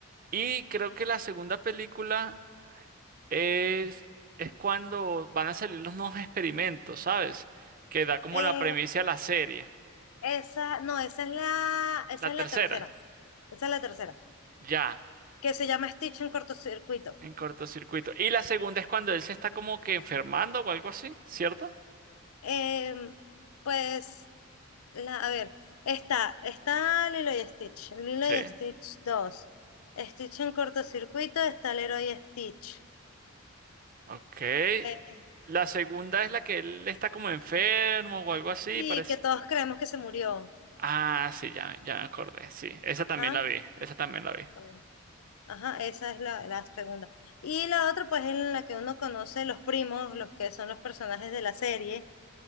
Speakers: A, on the right; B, on the left.
A: y creo que la segunda película es, es cuando van a salir los nuevos experimentos, ¿sabes? Que da como
B: Eh,
A: la premisa a la serie.
B: esa, no, esa es la, esa
A: La
B: es
A: tercera,
B: la tercera. Esa es la tercera,
A: ya,
B: que se llama Stitch en cortocircuito.
A: en cortocircuito. Y la segunda es cuando él se está como que enfermando o algo así, ¿cierto?
B: Em, pues La, a ver, está, está Lilo y Stitch, Lilo
A: Sí.
B: y Stitch dos Stitch en cortocircuito, está Leroy y Stitch.
A: Ok.
B: Eh,
A: La segunda es la que él está como enfermo o algo así,
B: sí,
A: parece.
B: que todos creemos que se murió.
A: Ah, sí, ya, ya me acordé. Sí, esa
B: Ajá,
A: también la vi. Esa también la vi.
B: eh, ajá, esa es la, la segunda. Y la otra, pues, es la que uno conoce los primos, los que son los personajes de la serie.